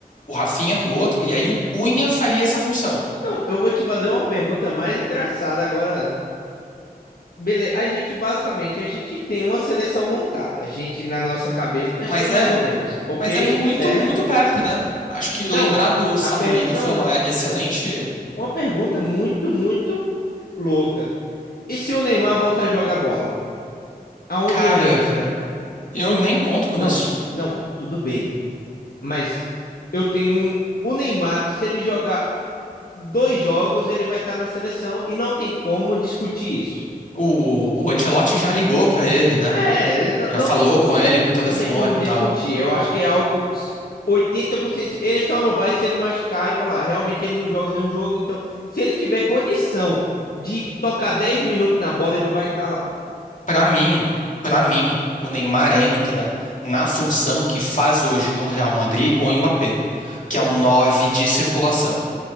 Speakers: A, on the left; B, on the left.
A: o Rafinha para o outro, e aí o Cunha faria essa função.
B: Não, eu vou te fazer uma pergunta mais engraçada agora. Beleza, a gente basicamente a gente tem uma seleção montada. A gente na nossa cabeça nós
A: Mas
B: tem mais
A: é,
B: ou menos, ok?
A: mas é muito,
B: Certo?
A: muito perto, né? Acho que lembrar
B: Não,
A: do Samulino
B: a per... não
A: foi
B: uma,
A: uma excelente.
B: uma pergunta muito muito louca. E se o Neymar volta a jogar bola? Aonde
A: Cara,
B: ele entra?
A: eu nem conto com
B: Não,
A: isso.
B: não, tudo bem. Mas eu tenho um, o Neymar, se ele jogar dois jogos, ele vai estar na seleção e não tem como discutir isso.
A: O, o Ancelotti já ligou pra ele, né?
B: É, n-
A: Já
B: não
A: falou
B: tem como.
A: com ele por telefone
B: Não tem como discutir.
A: e tal.
B: Eu acho que é algo oitenta por cento Ele só não vai se ele machucar e falar, realmente ele não joga nenhum jogo. Então, se ele tiver condição de tocar 10 minutos na bola, ele vai estar lá.
A: Pra mim, para mim, o Neymar entra na função que faz hoje no Real Madrid o Mbappé, que é um 9 de circulação.